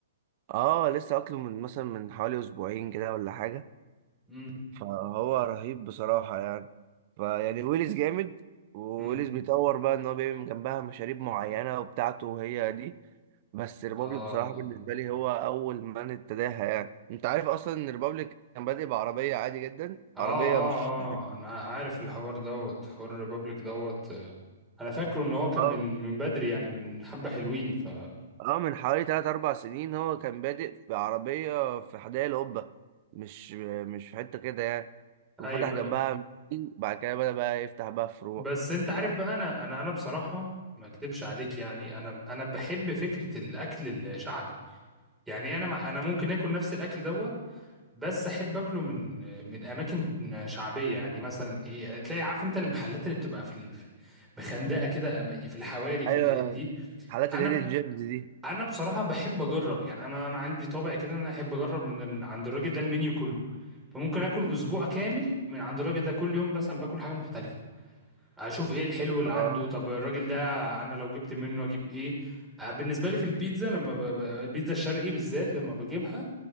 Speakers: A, on the right; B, in the centre.
A: اه لسه اكله من مثلا من حوالي اسبوعين كده ولا حاجه
B: امم
A: فهو رهيب بصراحه يعني فيعني ويليز جامد وويليز
B: امم
A: بيطور بقى ان هو بيعمل جنبها مشاريب معينه وبتاعته وهي دي بس ريبابليك
B: اه
A: بصراحة بالنسبة لي هو أول من ابتداها يعني أنت عارف أصلا إن ريبابليك كان بادئ بعربية عادي جدا
B: اه
A: عربية
B: اه
A: مش
B: اه انا عارف الحوار دوت حوار الريبابليك دوت آه، انا فاكره ان هو كان
A: آه
B: من من بدري يعني من حبة حلوين ف
A: آه من حوالي تلات أربع سنين هو كان بادئ بعربية في حدائق القبة مش مش في حتة كده يعني وفتح
B: ايوه
A: جنبها
B: ايوه
A: محل، بعد كده بدأ بقى يفتح بقى فروع
B: بس انت عارف
A: ف-
B: بقى انا انا انا بصراحة ما اكدبش عليك يعني انا انا بحب فكرة الاكل الشعبي يعني انا ما انا ممكن اكل نفس الاكل دوت بس احب اكله من من اماكن شعبية يعني مثلا ايه تلاقي عارف انت المحلات اللي بتبقى في ال- في- مخندقة كده أما- في الحواري في
A: أيوه
B: الحاجات دي
A: حالات
B: انا
A: الهيدن جيمز دي
B: انا بصراحه بحب اجرب يعني انا انا عندي طابع كده ان انا احب اجرب من ال- عند الراجل ده المنيو كله فممكن اكل اسبوع كامل من عند الراجل ده كل يوم مثلا باكل حاجه مختلفه اشوف ايه الحلو اللي
A: آه
B: عنده طب الراجل ده انا لو جبت منه اجيب ايه آه، بالنسبه لي في البيتزا لما ب... ب- البيتزا الشرقي بالذات لما بجيبها